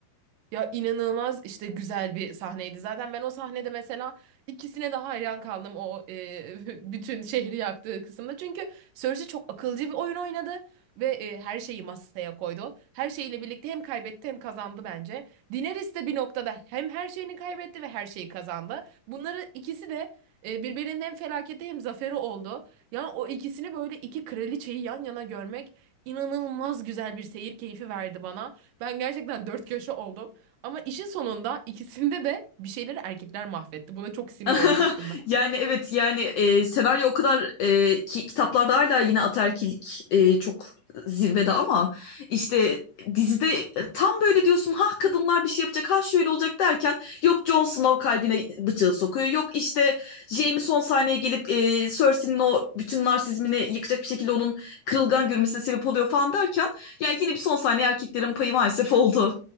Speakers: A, on the right; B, on the left.
A: Ya inanılmaz işte güzel bir sahneydi. Zaten ben o sahnede mesela ikisine de hayran kaldım o e, <laughs> bütün şehri yaktığı kısımda. Çünkü Cersei çok akılcı bir oyun oynadı ve e, her şeyi masaya koydu. Her şeyiyle birlikte hem kaybetti hem kazandı bence. Daenerys de bir noktada hem her şeyini kaybetti ve her şeyi kazandı. Bunları ikisi de e, birbirinin hem felaketi hem zaferi oldu. Yani o ikisini böyle iki kraliçeyi yan yana görmek inanılmaz güzel bir seyir keyfi verdi bana. Ben gerçekten dört köşe oldum. Ama işin sonunda ikisinde de bir şeyleri erkekler mahvetti. Buna çok sinir
B: <laughs>
A: olmuştum ben.
B: Yani evet yani e, senaryo o kadar e, ki kitaplarda hala yine ataerkillik e, çok zirvede ama işte dizide e, tam böyle diyorsun ha kadınlar bir şey yapacak ha şöyle olacak derken yok Jon Snow kalbine bıçağı sokuyor yok işte Jaime son sahneye gelip e, Cersei'nin o bütün narsizmini yıkacak bir şekilde onun kırılgan görünmesine sebep oluyor falan derken yani yine bir son saniye erkeklerin payı maalesef oldu.